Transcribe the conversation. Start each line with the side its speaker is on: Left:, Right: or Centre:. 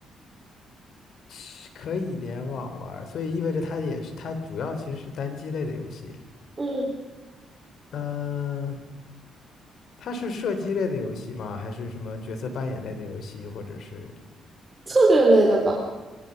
Left: 是可以联网玩儿所以意味着它也是它主要其实是单机类的游戏。
Right: 嗯，
Left: 嗯、它是射击类的游戏吗？还是什么角色扮演类的游戏，或者是
Right: 策略类的吧？